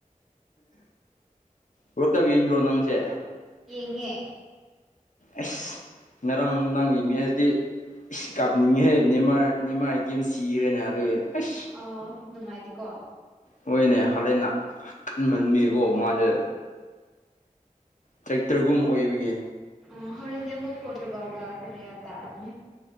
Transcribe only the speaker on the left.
ꯋꯥꯔ ꯀꯞ ꯌꯦꯡꯗ꯭ꯔꯣ ꯅꯪꯁꯦ
ꯑꯦꯁ ꯉꯔꯥꯡ ꯅꯨꯡ ꯅꯉꯤꯅꯦꯗꯤ ꯏꯁꯀꯕꯂꯤꯉꯤꯍꯦ ꯃꯥ ꯅꯤꯃꯥꯜ ꯀꯤ ꯑꯃ ꯁꯤꯈ꯭ꯔꯦꯅꯦ ꯑꯗꯨꯏ ꯑꯁ
ꯃꯣꯏꯅꯦ ꯍꯂꯦꯟꯅꯟꯃꯟꯕꯤꯌꯦꯀꯣ ꯃꯥꯁꯦ ꯇ꯭ꯔꯦꯛꯇꯔꯒꯨꯝꯕ ꯑꯣꯏꯕꯒꯤ